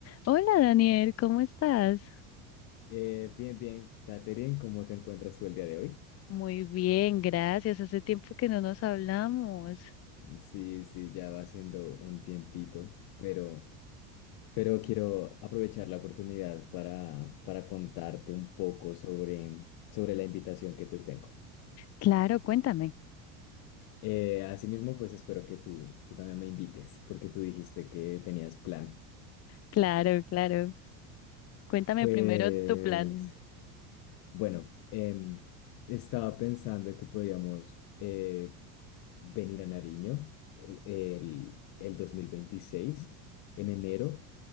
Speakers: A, on the left; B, on the left.
A: Hola Daniel, ¿cómo estás?
B: Eh, bien, bien, Katherine, ¿cómo te encuentras tú el día de hoy?
A: Muy bien, gracias. Hace tiempo que no nos hablamos.
B: Sí, sí, ya va siendo un tiempito, pero, pero quiero aprovechar la oportunidad para, para contarte un poco sobre, sobre la invitación que te tengo.
A: Claro, cuéntame.
B: Eh, asimismo, pues espero que tú, tú también me invites, porque tú dijiste que tenías plan.
A: Claro, claro. Cuéntame
B: Pues,
A: primero tu plan.
B: bueno, em, estaba pensando que podríamos... eh, venir a Nariño el, el 2026 en enero,